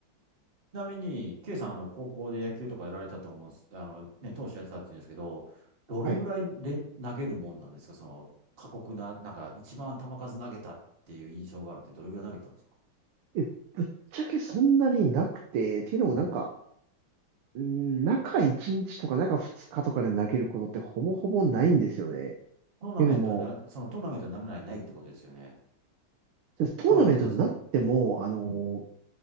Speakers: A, on the right (about 30°); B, on the right (about 85°).
A: なみに、K さん、あの、高校で野球とかやられたと思うんです、あの、ね、投手やってたって言うんですけど、どれぐらい連投げるもんなんですかその、
B: はい。
A: 過酷な、なんか、一番球数投げたっていう印象があるって、どれぐらい投げたんですか
B: え、ぶっちゃけそんなになくて、っていうのもなんか、
A: うん。
B: うん、中1日とか中2日とかで投げることってほぼほぼないんですよね。っ
A: トーナメントになら、
B: ていうのも、
A: そのトーナメントにならないないってことですよね。
B: そうですトーナメントになっても、
A: トーナメントが、
B: あのー
A: うん。